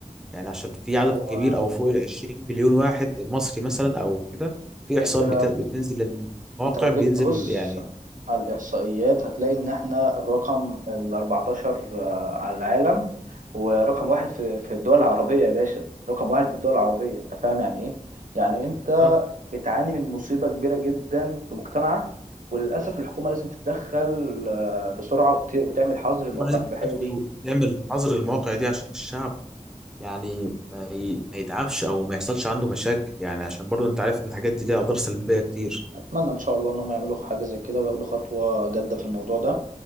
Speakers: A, in the centre; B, on the right.
A: يعني عشان في عدد
B: هو
A: كبير أو فوق ال 20 مليون واحد مصري مثلا أو كده في إحصاءات
B: انت
A: بت- بتنزل للمواقع
B: انت لو
A: بينزل
B: جيت تبص
A: يعني
B: على الإحصائيات هتلاقي إن إحنا الرقم ال 14 آه، على العالم ورقم واحد في في الدول العربية يا باشا رقم واحد في الدول العربية أنت فاهم يعني إيه؟ يعني أنت
A: هم
B: بتعاني من مصيبة كبيرة جدا في مجتمعك وللأسف الحكومة لازم تتدخل آه، بسرعة وت- وتعمل حظر للمواقع
A: لازم تتدخل
B: الإباحية دي
A: وتعمل حظر المواقع دي عشان الشعب يعني ما ي... ما يتعبش أو ما يحصلش عنده مشاكل يعني عشان برضه أنت عارف إن الحاجات دي ليها أضرار سلبية كتير
B: أتمنى إن شاء الله إن هم يعملوا حاجة زي كده وياخدوا خطوة جادة في الموضوع ده